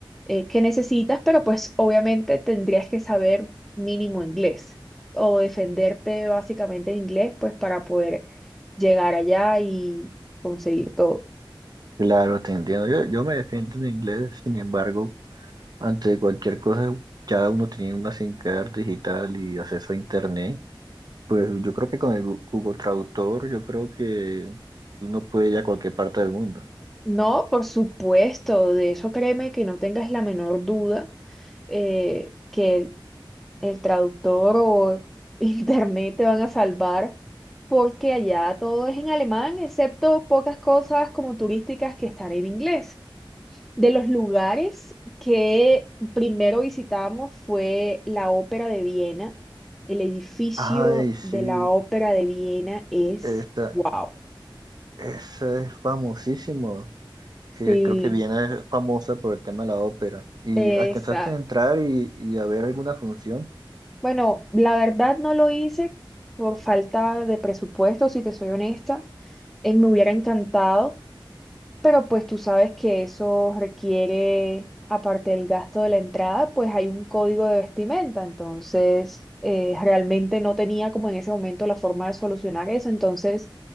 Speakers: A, in the centre; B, on the right (about 50°).
A: eh, que necesitas, pero pues obviamente tendrías que saber mínimo inglés o defenderte básicamente en inglés, pues para poder llegar allá y conseguir todo.
B: Claro, te entiendo. Yo, yo me defiendo en inglés, sin embargo, ante cualquier cosa, ya uno tenía una SIM card digital y acceso a internet. Pues yo creo que con el Gu- Google Traductor, yo creo que uno puede ir a cualquier parte del mundo.
A: No, por supuesto, de eso créeme que no tengas la menor duda eh, que el, el traductor o <laughs> internet te van a salvar porque allá todo es en alemán, excepto pocas cosas como turísticas que están en inglés. De los lugares que primero visitamos fue la Ópera de Viena. El edificio
B: Ay, sí,
A: de la Ópera de Viena es
B: esta,
A: wow.
B: esa es famosísimo, que
A: Sí,
B: creo que viene famosa por el tema de la ópera. ¿Y
A: exacto.
B: alcanzaste a entrar y, y a ver alguna función?
A: Bueno, la verdad no lo hice por falta de presupuesto, si te soy honesta. Eh, me hubiera encantado, pero pues tú sabes que eso requiere, aparte del gasto de la entrada, pues hay un código de vestimenta. Entonces, eh, realmente no tenía como en ese momento la forma de solucionar eso. Entonces,